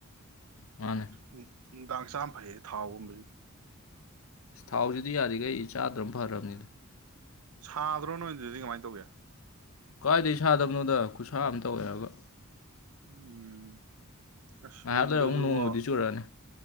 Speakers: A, on the left; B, on the right.
A: ꯃꯥꯅꯤ꯫
B: ꯎꯝ, ꯅꯨꯡꯗꯥꯡ ꯆꯥꯝ ꯐꯩꯌꯦ ꯊꯥꯎꯒꯨꯝꯕꯖꯤ꯫
A: ꯊꯥꯎꯖꯤꯗꯤ ꯌꯥꯔꯤꯒꯩ ꯆꯥꯗ꯭ꯔꯝ ꯐꯔꯝꯅꯤꯗ꯫
B: ꯁꯥꯗ꯭ꯔꯣ ꯅꯣꯏ ꯑꯗꯨꯗ ꯗꯤ ꯀꯃꯥꯏ ꯇꯧꯒꯦ꯫
A: ꯀꯥꯏꯗꯒꯤ ꯁꯥꯗꯕꯅꯣꯗ ꯈꯨꯠꯁꯥ ꯑꯃ ꯇꯧꯋꯦ ꯍꯥꯏꯔꯒ꯫
B: ꯎꯝ ꯑꯁ
A: ꯉꯥꯏꯍꯥꯛ
B: ꯌꯨꯝꯗꯖꯨ
A: ꯂꯩꯔ ꯑꯃꯨꯛ ꯅꯣꯡꯕꯨꯗꯤ
B: ꯕꯣ
A: ꯆꯨꯔꯛꯑꯅꯤ